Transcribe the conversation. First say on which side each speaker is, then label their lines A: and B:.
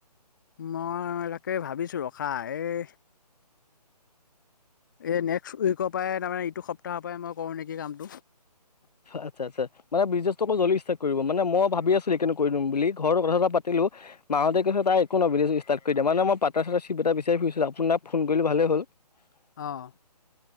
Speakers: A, on the left; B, on the left.
A: মই তাকে ভাবিছোঁ ৰখা এই এই নেক্স উইকৰ পৰাই তাৰমানে এইটো সপ্তাহৰ পৰাই মই কৰোঁ নেকি কামটো।
B: আটচ্ছা আটচ্ছা। মানে বিজনেছটো আকৌ জ ল্দি ষ্টাৰ্ট কৰিব মানে মই ভাবি আছিলোঁ <unintelligible> কৰি দিম বুলি ঘৰৰ কথা এটা পাতিলোঁ। মাহঁতে কৈছে তাই একো ন <unintelligible> ষ্টাৰ্ট কৰি দে মানে মই পটা চাটা চিপ এটা বিচাৰি ফুৰিছো আপোনাক ফোন কৰিলো ভাল হ'ল। <unintelligible>
A: অ'।